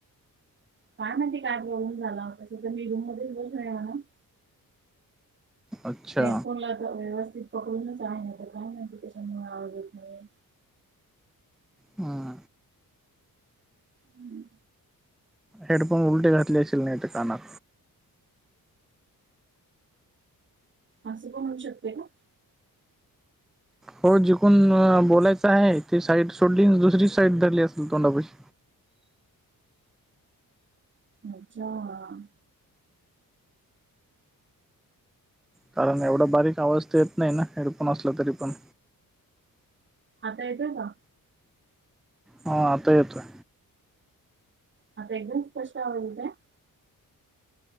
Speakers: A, on the right (about 30°); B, in the centre.
A: काय नाही ते काय प्रॉब्लेम झाला तसं तर मी रूम मध्येच बसून <unintelligible>
B: अच्छा
A: हेडफोनला तर व्यवस्थित पकडूनच आहे आता काय माहिती कशामुळे आवज नाहीये
B: हां
A: हम्म
B: हेडफोन उलटे घातले असेल नाही तर कानात
A: असं पण होऊ शकते का?
B: हो जिकडून बोलायच आहे ती साईड सोडली दुसरी साईड धरली असल तोंडापशी
A: अच्छा ह
B: कारण एवढा बारीक आवाज तर येत नाही ना हेडफोन असला तरी पण
A: आता येत का
B: ह आता येतोय
A: हा प्रेग्न्सी कशा आ होत